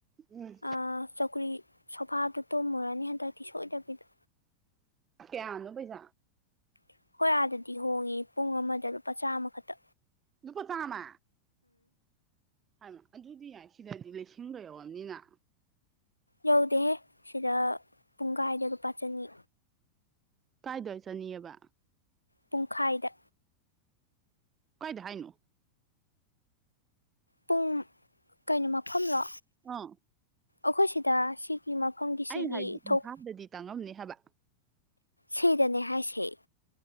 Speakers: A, on the right (about 25°); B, on the left (about 80°).
A: ꯎꯝ
B: ꯑ ꯆꯧꯀꯔꯤ ꯁꯣꯐꯥꯗꯨ ꯇꯨꯝꯃꯨꯔꯅꯤ ꯍꯟꯗꯛꯛꯇꯤ ꯁꯣꯏꯗꯕꯤꯗ
A: ꯀꯌꯥꯅꯣ ꯄꯩꯁꯥ
B: ꯑꯩꯈꯣꯏ ꯑꯥꯗꯗꯤ ꯍꯣꯡꯉꯦ ꯄꯨꯡ ꯑꯃꯗ ꯂꯨꯄꯥ ꯆꯥꯝꯃꯈꯇ
A: ꯂꯨꯄ ꯆꯝꯃ ꯍꯥꯏꯃ ꯑꯗꯨꯗꯤ ꯌꯥꯏ ꯁꯤꯗꯗꯤ ꯂꯤꯁꯤꯡꯒ ꯌꯧꯔꯝꯅꯤꯅ
B: ꯌꯧꯗꯦꯍꯦ ꯁꯤꯗ ꯄꯨꯡ ꯀꯥꯏꯗ ꯂꯨꯄꯥ ꯆꯅꯤ
A: ꯀꯥꯏꯗ ꯆꯅꯤꯑꯕ
B: ꯄꯨꯡꯈꯥꯏꯗ
A: ꯀꯣꯏꯗ ꯍꯥꯏꯅꯣ
B: ꯄꯨꯡ ꯀꯩꯅꯣ ꯃꯐꯝꯂꯣ
A: ꯑꯥ
B: ꯑꯩꯈꯣꯏ ꯁꯤꯗ ꯁꯤ ꯃꯐꯝꯒꯤ
A: ꯑꯩꯅ
B: ꯁꯤꯒꯤ
A: ꯍꯥꯏꯗꯤ ꯏꯝꯐꯥꯜꯗꯗꯤ
B: ꯊꯣꯛ
A: ꯇꯥꯡꯉꯝꯅꯤ ꯍꯥꯏꯕ
B: ꯁꯤꯗꯅꯦ ꯍꯥꯏꯁꯦ